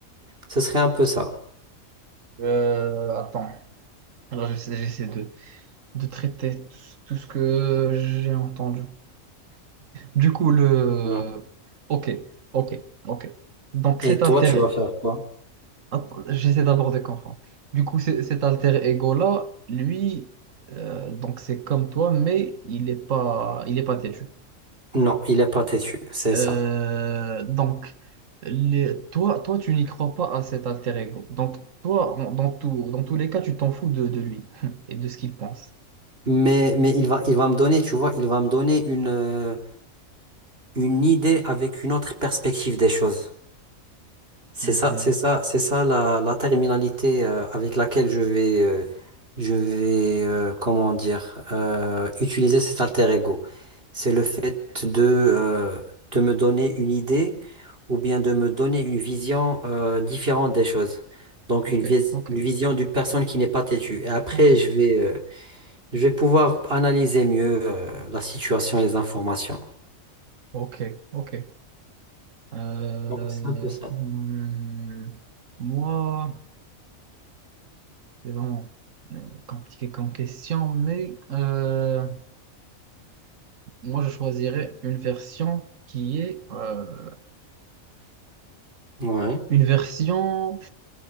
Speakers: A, on the right; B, on the right.
A: ce serait un peu ça.
B: Euh, attends. Alors, j'essaie j'essaie de, de traiter tout tout ce que j'ai entendu. Du coup, le...
A: Ouais.
B: Ok, ok, ok. Donc, cet
A: Et
B: altéré.
A: toi, tu vas faire quoi?
B: Attends, J'essaie d'abord de comprendre. Du coup, c'est- cet alter ego-là, lui, euh, donc c'est comme toi, mais il n'est pas, il est pas têtu.
A: Non, il est pas têtu, c'est
B: Euh,
A: ça.
B: donc, les- toi, toi, tu n'y crois pas à cet alter ego. Donc, toi, en- dans tout, dans tous les cas, tu t'en fous de, de lui <laughs> et de ce qu'il pense.
A: Mais, mais il va, il va me donner, tu vois, il va me donner une, euh, une idée avec une autre perspective des choses. C'est
B: Mhm.
A: ça, c'est ça, c'est ça la, la terminalité euh, avec laquelle je vais, euh, je vais euh, comment dire, euh, utiliser cet alter ego. C'est le fait de, euh, de me donner une idée ou bien de me donner une vision euh, différente des choses. Donc
B: Ok,
A: une, vis-
B: ok,
A: une vision d'une personne qui n'est pas têtue. Et après,
B: ok,
A: je vais, euh, je vais pouvoir analyser mieux euh, la situation et les informations.
B: ok, ok. Euh,
A: Donc c'est un peu ça.
B: hmm, moi, c'est vraiment euh, compliqué comme question, mais euh, moi, je choisirais une version qui est euh,
A: Ouais,
B: une version